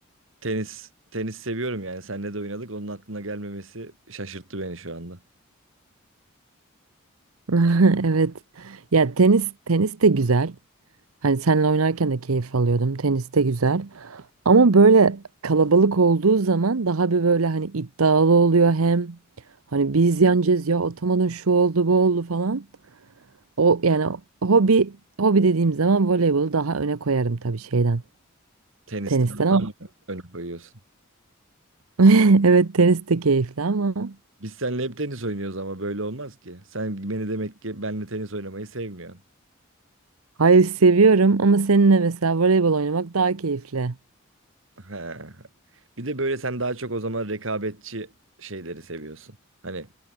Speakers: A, on the right; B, on the right.
A: Tenis tenis seviyorum yani. Seninle de oynadık. Onun aklına gelmemesi şaşırttı beni şu anda.
B: <laughs> Evet. Ya tenis tenis de güzel. Hani seninle oynarken de keyif alıyordum. Tenis de güzel. Ama böyle kalabalık olduğu zaman daha bir böyle hani iddialı oluyor hem hani biz yeneceğiz ya atamadın şu oldu bu oldu falan. O yani hobi hobi dediğim zaman voleybolu daha öne koyarım tabii şeyden.
A: Tenisten
B: Tenisten ama
A: daha mı öne koyuyorsun?
B: <laughs> evet tenis de keyifli ama
A: Biz seninle hep tenis oynuyoruz ama böyle olmaz ki. Sen beni demek ki benle tenis oynamayı sevmiyorsun.
B: Hayır seviyorum ama seninle mesela voleybol oynamak daha keyifli.
A: He. Bir de böyle sen daha çok o zaman rekabetçi şeyleri seviyorsun. Hani